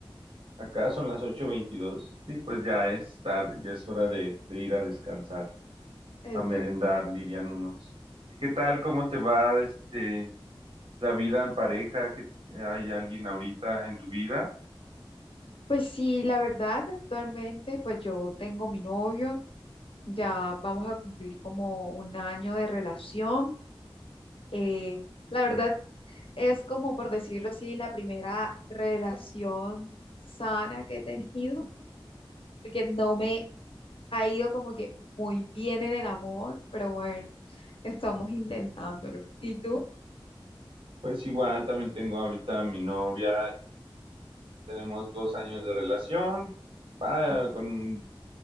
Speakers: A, on the right; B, on the left.
A: Acá son las ocho veintidós. Sí, pues ya es tarde, ya es hora de, de ir a descansar,
B: es
A: a merendar,
B: verdad.
A: dirían unos. ¿Y qué tal? ¿Cómo te va, este, la vida en pareja? ¿Que hay alguien ahorita en tu vida?
B: Pues sí, la verdad, actualmente pues yo tengo mi novio, ya vamos a cumplir como un año de relación. Eh, la verdad es como por decirlo así, la primera relación sana que he tenido. porque no me ha ido como que muy bien en el amor, pero bueno, estamos intentándolo. ¿Y tú?
A: Pues igual, también tengo ahorita a mi novia. Tenemos dos años de relación, va
B: Ujú.
A: con